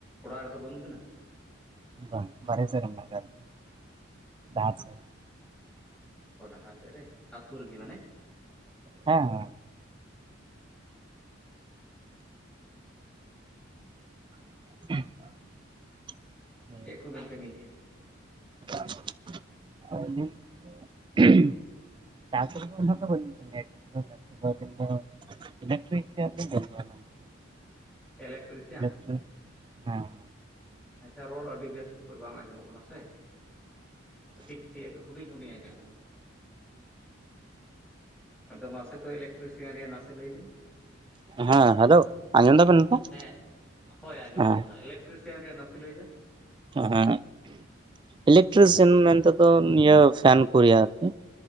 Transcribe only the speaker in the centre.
ᱚᱲᱟᱜ ᱨᱮᱫᱚ ᱵᱟᱹᱱᱩᱜ ᱵᱤᱱᱟ?
ᱚᱻ ᱰᱟᱦᱟᱨ ᱥᱮᱫ ᱨᱮ ᱟᱛᱳ ᱨᱮᱜᱮ ᱢᱟᱱᱮ?
ᱪᱮᱫ ᱠᱚᱵᱮᱱ ᱠᱟᱹᱢᱤᱭ ᱜᱮᱭᱟ?
ᱤᱞᱮᱠᱴᱨᱤᱥᱤᱭᱟᱱ
ᱟᱪᱪᱷᱟ ᱨᱚᱲ ᱟᱹᱰᱤ ᱵᱮᱥ ᱚᱠᱚᱡ ᱵᱟᱝ ᱟᱸᱡᱚᱢᱚᱜ ᱠᱟᱱᱟ ᱥᱮ᱾ ᱠᱟᱹᱴᱤᱡ ᱠᱟᱹᱴᱤᱡ ᱦᱩᱰᱤᱧ ᱦᱩᱰᱤᱧ ᱟᱸᱡᱚᱢᱚᱜ ᱠᱟᱱᱟ᱾ ᱟᱫᱚ ᱢᱟᱥᱮ ᱛᱚᱵᱮ ᱤᱞᱮᱠᱴᱨᱤᱥᱤᱭᱟᱱ ᱨᱮᱭᱟᱜ ᱱᱟᱥᱮ ᱞᱟᱹᱭ ᱵᱤᱱ?
ᱦᱮᱸ ᱦᱳᱭ ᱟᱸᱡᱚᱢᱚᱜ
ᱠᱟᱱᱟ ᱤᱞᱮᱠᱴᱨᱤᱥᱤᱭᱟᱱ ᱨᱮᱭᱟᱜ ᱱᱟᱥᱮ ᱞᱟᱹᱭ ᱵᱮᱱ?